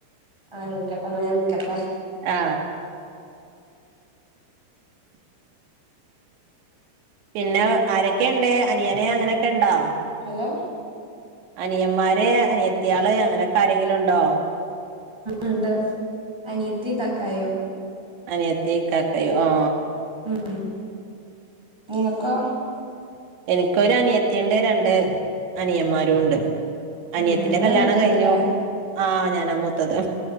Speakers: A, in the centre; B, on the right.
A: ആ നിക്കട്ടെ എന്ന ഞാൻ നിക്കട്ടെ
B: ആ പിന്നെ ആരൊക്കെ ണ്ട് അനിയന് അങ്ങനെക്കെ ണ്ടോ
A: ഹലോ
B: അനിയന്മാര് അനിയത്തിയാള്അങ്ങനെക്കാരങ്കിലും ണ്ടോ
A: ഉണ്ട് അനിയത്തി തക്കായം
B: അനിയത്തി ഇക്കാക്കയും ആ
A: ഉം നിങ്ങക്കോ
B: എനിക്കൊ അനിയത്തിണ്ട് രണ്ട് അനിയമാരുണ്ട്. അനിയത്തിന്റെ
A: ഉം നിങ്ങളാ
B: കല്യാണം
A: മൂത്തതല്ലേ
B: കഴിഞ്ഞു ആ ഞാനാ മൂത്തത്